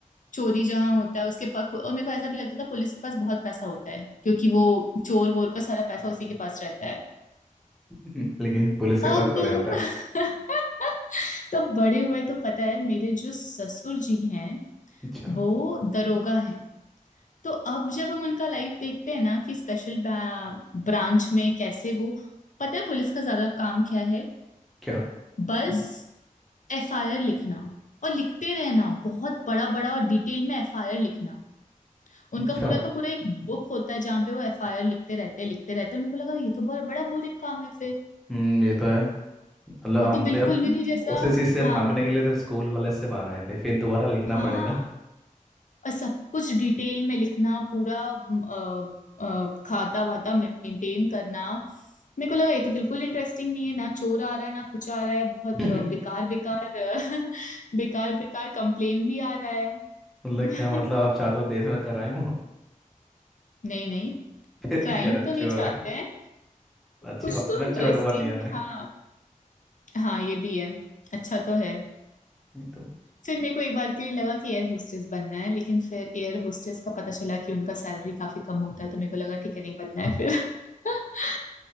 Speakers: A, on the left; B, in the centre.
A: चोरी जहाँ होता है उसके पास और मेरे को ऐसा भी लगता था पुलिस के पास बहुत पैसा होता है क्योंकि वो चोर वोर का सारा पैसा उसी के पास रहता है
B: <laughs> लेकिन पुलिस के
A: अब
B: पास थोड़े
A: <laughs>
B: होता है
A: तो बड़े हुए तो पता है मेरे जो ससुर जी हैं
B: अच्छा
A: वो दरोगा हैं तो अब जब हम उनका लाइफ देखते हैं ना कि स्पेशल ब्रांच में कैसे वो पता है पुलिस का ज्यादा काम क्या है
B: क्या
A: बस एफआईआर लिखना और लिखते रहना बहुत बड़ा बड़ा और डिटेल में एफआईआर लिखना उनका
B: अच्छा
A: पूरा का पूरा एक बुक होता है जहाँ पे वो एफआईआर लिखते रहते हैं लिखते रहते हैं और मेरे को लगा ये तो बहुत बड़ा बोरिंग काम है फिर
B: हम्म ये तो है मतलब
A: वो
B: हम
A: तो बिल्कुल
B: तो यार
A: भी नहीं जैसा
B: उसी चीज से भागने
A: हाँ
B: के लिए तो स्कूल कॉलेज से बाहर आए थे फिर दोबारा लिखना
A: हाँ
B: पड़ेगा
A: और सब कुछ डिटेल में लिखना पूरा अ, अ, खाता वाता मेंटेन करना मेरे को लगा ये तो बिल्कुल इंटरेस्टिंग नहीं है ना चोर आ रहा है ना कुछ आ रहा है बहुत
B: <laughs>
A: अ, बेकार बेकार <laughs> बेकार बेकार कंप्लेन भी आ रहा है
B: मतलब
A: <laughs>
B: क्या मतलब आप चाहते हो देश में क्राइम हो
A: नहीं नहीं
B: <laughs> फिर
A: क्राइम
B: क्यों कह रहा है
A: तो नहीं
B: चोर
A: चाहते
B: आए
A: हैं
B: अच्छी
A: कुछ
B: बात
A: तो
B: है ना
A: इंटरेस्टिंग
B: चोर वोर नहीं आ रहा है
A: हाँ हाँ ये भी है अच्छा तो है
B: नहीं तो
A: फिर मेरे को एक बार के लिए लगा कि एयर होस्टेस बनना है लेकिन फिर एयर होस्टेस का पता चला कि उनका सैलरी काफी कम होता है तो मेरे को लगा ठीक है नहीं बनना है फिर <laughs>